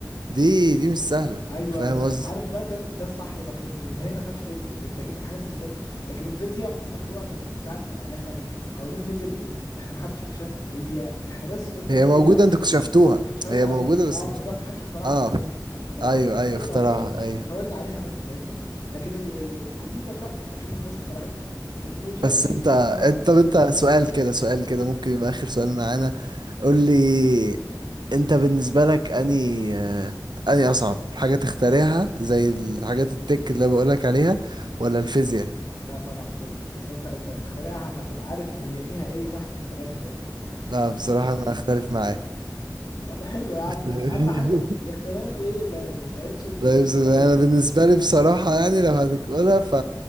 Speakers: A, on the right; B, on the left.
A: دي دي مش سهلة
B: ايوه
A: فاهم
B: طب
A: قصدي
B: عارف بقى ده ده الصح اللي بكلمك فيه ان هي ما فيهاش فيزياء انت جبت حاجه من الصفر لكن الفيزياء مخلوقه من ساعه ما يعني احنا قوانين الفيزياء دي احنا ما حدش اكتشفها هي احنا بس قلنا
A: هي
B: ايه
A: موجودة
B: ايه ده
A: انتوا اكتشفتوها
B: إحنا شاورنا
A: هي موجودة
B: عليها
A: بس
B: اه
A: اكتشفتوها
B: بالظبط ما حدش اخترعها
A: اه
B: انا اسف ما حدش اخترعها
A: ايوه
B: لكن
A: ايوه
B: هي
A: اخترعها
B: موجوده
A: ايوه
B: شاورنا عليها بس فاهمني لكن ال ال الكمبيوتر لا اكيد الناس اخترعته التكنولوجيا
A: بس
B: اكيد
A: انت
B: مخترعه
A: انت
B: فاهمني
A: طب انت سؤال كده سؤال كده ممكن يبقى اخر سؤال معانا قول لي انت بالنسبة لك اني آه، اني اصعب حاجة تختاريها زي الحاجات التك اللي بقولك عليها ولا الفيزياء
B: لا طبعا فيزياء اصلا انت انت هتخترعها فهتبقى عارف هي فيها ايه واحد اتنين تلاته فاهمني
A: لا
B: لكن
A: بصراحة انا اختلف معاه
B: طب حلو يا عم
A: <laughs>
B: اهم حاجه الاختلاف ايه لا, لا يفسد
A: لا
B: للود
A: يوسف
B: قضيه
A: انا بالنسبة لي بصراحة يعني لو هنقولها ف